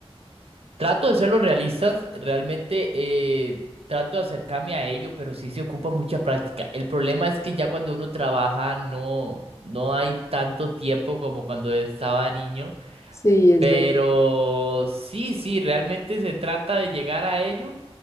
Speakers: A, on the right; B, on the left.
A: Trato de ser los realistas, realmente eh, trato de acercarme a ello, pero sí se ocupa mucha práctica. El problema es que ya cuando uno trabaja no, no hay tanto tiempo como cuando estaba niño,
B: Sí, es
A: pero
B: verdad.
A: sí, sí, realmente se trata de llegar a ello.